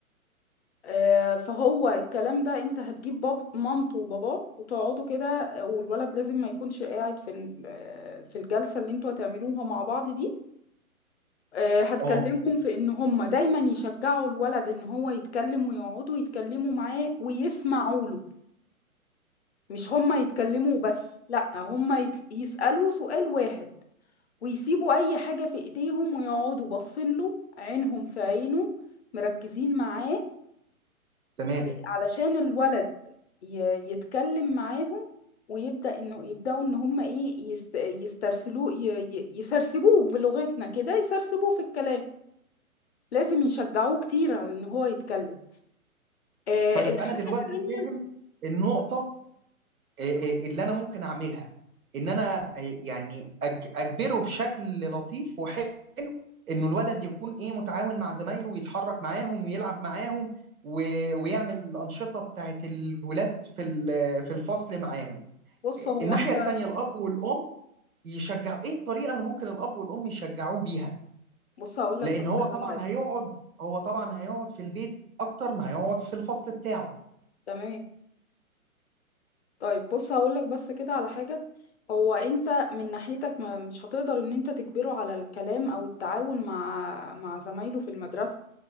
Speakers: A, on the left; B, on the right.
A: آه، فهو الكلام ده انت هتجيب باب مامته وباباه وتقعدوا كده والولد لازم ما يكونش قاعد في ال- آه، في الجلسة اللي انتوا هتعملوها مع بعض دي آه، هتكلمهم
B: اه
A: في ان هم دايما يشجعوا الولد ان هو يتكلم ويقعدوا يتكلموا معاه ويسمعوا له مش هم يتكلموا بس لا هم يت... يسألوا سؤال واحد ويسيبوا اي حاجة في ايديهم ويقعدوا باصين له عينهم في عينه مركزين معاه
B: تمام
A: علشان الولد ي... يتكلم معاهم ويبدأ انه يبدأوا ان هم ايه يس... يسترسلوه ي... ي- يسرسبوه بلغتنا كده يسرسبوه في الكلام لازم يشجعوه كتير على ان هو يتكلم آه
B: طيب
A: الحاجة
B: انا دلوقتي
A: التانية
B: فاهم النقطه آه، آه، اللي انا ممكن اعملها ان انا آه، يعني أج- اجبره بشكل لطيف وحلو انه الولد يكون ايه متعاون مع زمايله ويتحرك معاهم ويلعب معاهم و... ويعمل الانشطه بتاعت الولاد في ال- في الفصل معاهم
A: بص
B: آه،
A: هو
B: الناحيه
A: انت
B: التانيه الاب والام يشجعوا ايه الطريقه اللي ممكن الاب والام يشجعوه بيها
A: بص هقول لك
B: لان
A: بس
B: هو
A: على
B: طبعا
A: حاجة
B: هيقعد هو طبعا هيقعد في البيت اكتر ما هيقعد في الفصل بتاعه
A: تمام طيب بص هقول لك بس كده على حاجة هو انت من ناحيتك ما مش هتقدر ان انت تجبره على الكلام او التعاون مع مع زمايله في المدرسة